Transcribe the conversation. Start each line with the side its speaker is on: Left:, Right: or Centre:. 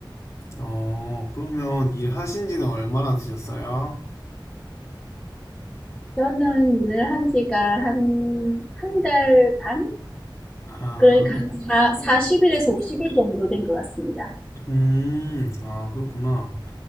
Left: 어, 그러면 일하신 지는 얼마나 되셨어요?
Centre: 저는 일을 한 지가 한, 한 달 반?
Left: 아,
Centre: 그러니까 한 사, 40일에서 50일 정도 된 것 같습니다.
Left: 음, 아, 그렇구나.